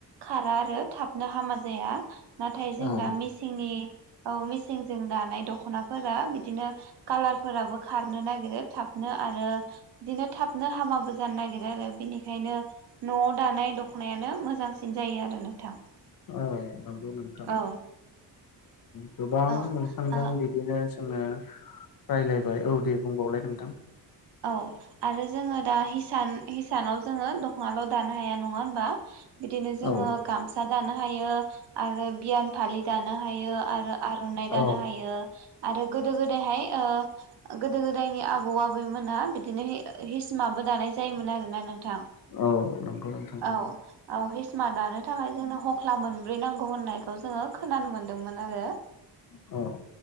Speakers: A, on the right; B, on the left.
A: खारा आरो थाबनो हामा जाया नाथाय जों
B: औ
A: दा मेसिननि औ मिसिंजों दानाय दख'नाफोरा बिदिनो कालारफोराबो खारनो नागिरो थाबनो आरो बिदिनो थाबनो हामाबो जानो नागिरो आरो बेनिखायनो न'आव दानाय दख'नायानो नो मोजांसिन जायो आरो नोंथां
B: औ नंगौ नोंथां
A: औ
B: गोबां
A: औ
B: नोंथांजों
A: ओ
B: बिदिनो जोंङो रायलायबाय औ दे बुंबावलाय नोंथां
A: औ आरो जोङो दा हिसान हिसानाव जोङो दखाङल' दानो हाया नङा हबा? बिदिनो जोङो
B: औ
A: गामसा दानो हायो आरो बियान फालि दानो हायो आरो आर'नाइ दानो
B: औ
A: हायो आरो गोदो गोदायहाय ओ गोदो गोदायनि आबौ आबैमोना बिदिनो हिसमाबो दानाय जायोमोन आरोना नों- थां।
B: औ नंगौ नोंथां नंगौ
A: औ औ हिसिमा दानो थाखाय जोंनो ह ख्ला मोनब्रै नांगौ होननायखौ जोङो खोनानो मोनदोंमोन आरो।
B: औ